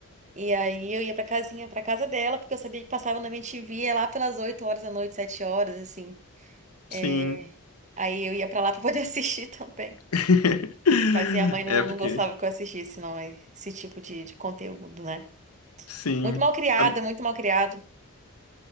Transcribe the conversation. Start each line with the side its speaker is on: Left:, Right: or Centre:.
Right: E aí eu ia pra casinha, pra casa dela, porque eu sabia que passava na MTV é lá pelas 8 horas da noite, 7 horas, assim.
Left: Sim.
Right: É, Aí eu ia pra lá pra poder <laughs> assistir também.
Left: <laughs>
Right: Mas minha mãe não,
Left: É, porque.
Right: não gostava que eu assistisse, não, esse tipo de, de conteúdo, né?
Left: Sim.
Right: Muito mal criada,
Left: A-
Right: muito mal criado.